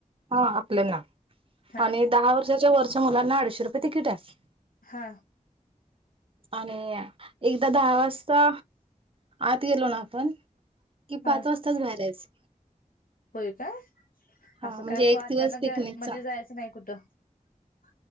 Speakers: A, on the right; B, on the left.
A: हा आपल्यांना
B: हा
A: आणि दहा वर्षाच्या वरच्या मुलांना अडीचशे रुपये तिकीट आहे.
B: हा
A: आणि एकदा दहा वाजता आत गेलो ना आपण कि
B: हा
A: पाच वाजताच बाहेरयच
B: होय का
A: हा
B: असं
A: म्हणजे
B: काय
A: एक
B: अचानक
A: दिवस पिकनिकचा
B: का मजे जायचं नाही कुठं <inaudible>